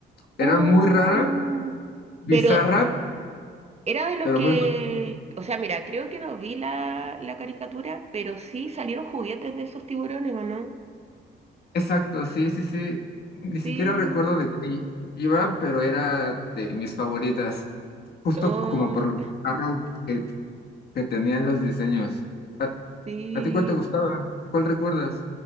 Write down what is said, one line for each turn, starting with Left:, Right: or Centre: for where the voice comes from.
Left: Era
Right: Uh,
Left: muy rara, bizarra,
Right: pero Era de los
Left: pero
Right: que,
Left: muy
Right: o sea, mira, creo que no vi la, la caricatura, pero sí salieron juguetes de esos tiburones, ¿o no?
Left: Exacto, sí, sí, sí. Ni siquiera
Right: Sí.
Left: recuerdo de qué iba, pero era de mis favoritas, justo
Right: Oh,
Left: como por lo carro que, que tenían los diseños. ¿A,
Right: sí.
Left: a ti cuál te gustaba? ¿Cuál recuerdas?